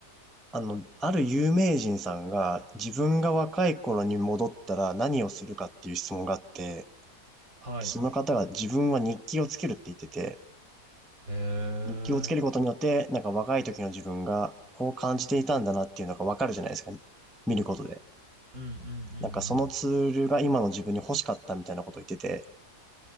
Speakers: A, in the centre; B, on the right.
A: あの、ある有名人さんが自分が若い頃に戻ったら何をするかっていう質問があって、
B: はい。
A: で、その方が自分は日記をつけるって言ってて、
B: へえ。うん
A: 日記をつけることによって、なんか若い時の自分がこう感じていたんだなっていうのがわかるじゃないですか。見ることで。
B: うんう
A: なんかそのツールが今の自分に欲しかったみたいなことを言ってて、
B: ん